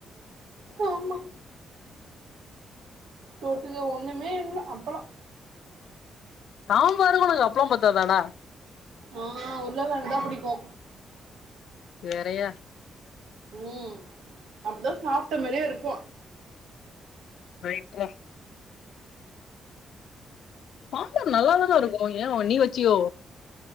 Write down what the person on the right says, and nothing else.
ஆமா தொட்டுக ஒண்ணுமே இல்ல அப்பளோ
ஆ உருளகெழங்கு தா புடிக்கு
ம் அப்பதா சாப்ட்ட மாரியே இருக்கு